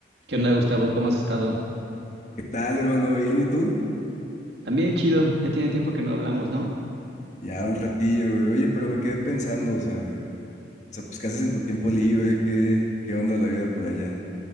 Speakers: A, on the right; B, on the left.
A: ¿Qué onda, Gustavo? ¿Cómo has estado?
B: ¿Qué tal, hermano? ¿Bien? ¿Y tú?
A: También chido, ya tiene tiempo que no hablamos, ¿no?
B: Ya un ratillo, güey. Oye, pero me quedé pensando, o sea, de- o sea, pues, ¿qué haces en tu tiempo libre? ¿Qué, qué onda la vida por allá?